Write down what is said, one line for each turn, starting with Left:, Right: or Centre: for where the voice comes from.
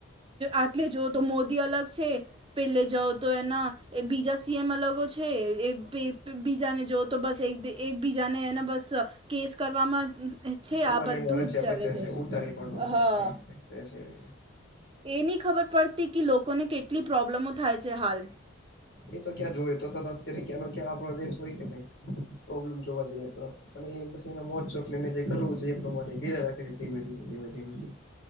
Right: આટલે જો તો મોદી અલગ છે. પેલે જઓ તો એના એ બીજા સીએમ અલગો છે એ બીજાને જો. તો બસ એક એકબીજાને એને બસ કેસ કરવામાં. છે
Left: એમાં
Right: આ બધું
Left: એમાં રચ્યા
Right: જ ચાલે
Left: પચ્યા છે ઉતારી પડવા
Right: હા
Left: રી.
Right: એ નહી ખબર પડતી કે લોકોને કેટલી પ્રોબ્લેમો થાય છે હાલ.
Left: એ તો ક્યાં જોય તો અત્યારે ક્યાંનો ક્યાં આપડો દેશ હોય કે નહી પ્રોબ્લેમ જોવા જઈએ તો. પણ એ બસ એના મોત ચોક ને એને જે કરવું છે એ પ્રમાણે ઘેરે રાખે છે ધીમે ધીમે ધીમે ધીમે.